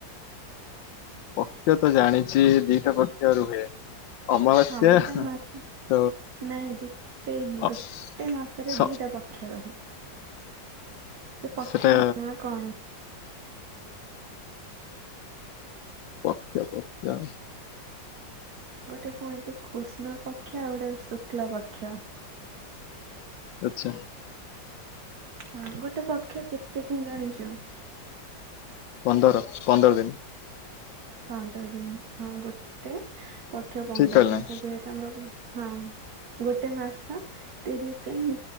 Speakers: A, on the left; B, on the right.
A: ପକ୍ଷ ତ ଜାଣିଛି ଦିଟା ପକ୍ଷ ରୁହେ ଅମାବାସ୍ୟା
B: ହଁ ଗୋଟେ ମାସ
A: ତ
B: ନାଇଁ ଗୋଟେ
A: ଅ
B: ଗୋଟେ ମାସରେ
A: ସ
B: ଦିଟା ପକ୍ଷ ରହେ ସେ ପକ୍ଷର
A: ସେଟା
B: ନାଁ କଣ?
A: ପକ୍ଷ ପକ୍ଷ
B: ଗୋଟେ ହୁହନ୍ତି କୃଷ୍ଣ ପକ୍ଷ ଆଉଗୋଟେ ଶୁକ୍ଲାପକ୍ଷ
A: ଆଛା।
B: ହଁ ଗୋଟେ ପକ୍ଷ କେତେ ଦିନ ଜାଣିଛ।
A: ପନ୍ଦର ପନ୍ଦର ଦିନ।
B: ପାଞ୍ଚଞ୍ଚ ଦିନ ହଁ ଗୋଟେ ଗୋେ ପକ୍ଷ ପନ୍ଦର
A: ଠିକ କହିଲି
B: ଜିନିଷ
A: ନା?
B: ଯେହେତୁ ଆମର ହଁ ଗୋଟେ ମାସ ତିରିଶ ତିନ